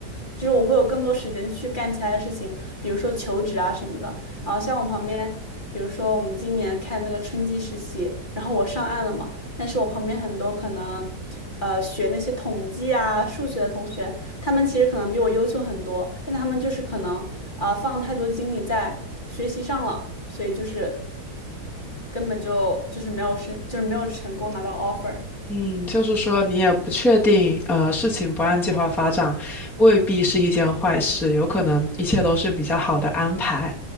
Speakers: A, on the left; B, in the centre.
A: 就是我会有更多时间去干其他的事情，比如说求职啊什么的。啊，像我旁边，比如说我们今年看那个春季实习，然后我上岸了嘛，但是我旁边很多可能，呃，学那些统计啊、数学的同学，他们其实可能比我优秀很多，但他们就是可能啊、放太多精力在学习上了，所以就是根本就就是没有申，就是没有成功拿到 offer。
B: 嗯，就是说你也不确定，呃，事情不按计划发展，未必是一件坏事，有可能一切都是比较好的安排。